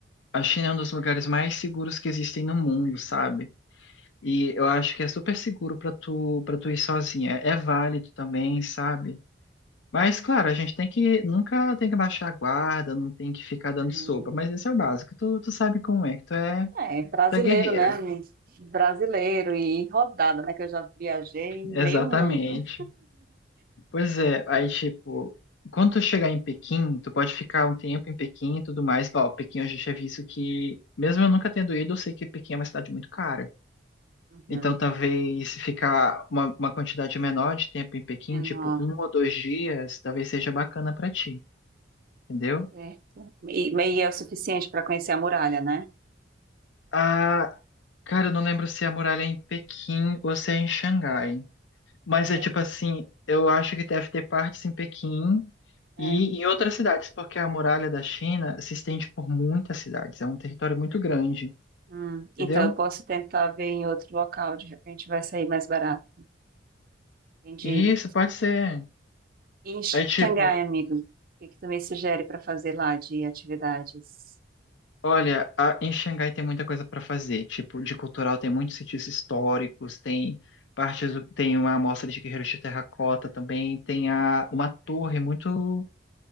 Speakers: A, on the left; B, on the right.
A: a China é um dos lugares mais seguros que existem no mundo, sabe? E eu acho que é super seguro pra tu para tu ir sozinha. É válido também, sabe? Mas claro, a gente tem que nunca tem que baixar a guarda, não tem que ficar dando
B: Uhum.
A: sopa, mas esse é o básico. Tu, tu sabe como é, que tu é
B: É, brasileiro,
A: Tu é guerreira.
B: né? Um Brasileiro e rodada, né? Que eu já viajei em meio
A: Exatamente.
B: mundo.
A: Pois é, aí tipo, quando tu chegar em Pequim, tu pode ficar um tempo em Pequim e tudo mais. Ó, Pequim eu já tinha visto que, mesmo eu nunca tendo ido, eu sei que Pequim é uma cidade muito cara.
B: Uhum.
A: Então talvez se ficar uma, uma quantidade menor de tempo em Pequim,
B: Menor,
A: tipo um ou dois dias, talvez seja bacana pra ti, entendeu?
B: certo. E, e é o suficiente para conhecer a muralha, né?
A: Ah, cara, eu não lembro se a muralha é em Pequim ou se é em Xangai. Mas
B: É,
A: é tipo assim, eu acho que deve ter partes em Pequim
B: é.
A: e em outras cidades, porque a muralha da China se estende por muitas cidades, é um território muito grande,
B: Hum.
A: entendeu?
B: Então eu posso tentar ver em outro local, de repente vai sair mais barato. Entendi.
A: E isso pode ser.
B: E em
A: É tipo,
B: Xangai, amigo, o que que tu me sugere para fazer lá de atividades?
A: olha, a- em Xangai tem muita coisa para fazer, tipo, de cultural tem muitos sítios históricos, tem partes, do- tem uma amostra de guerreiros de terracota também, tem a, uma torre muito